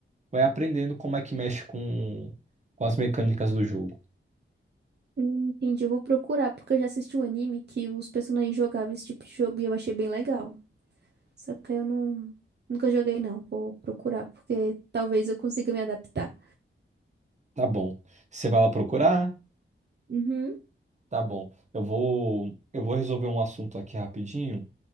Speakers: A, on the right; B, on the right.
A: vai aprendendo como é que mexe com, com as mecânicas do jogo.
B: Hum, Entendi, eu vou procurar, porque eu já assisti um anime que os personagens jogavam esse tipo de jogo e eu achei bem legal. Só que eu não, nunca joguei, não. Vou procurar, porque talvez eu consiga me adaptar.
A: Tá bom. Você vai lá procurar?
B: Uhum,
A: Tá bom. Eu vou, eu vou resolver um assunto aqui rapidinho.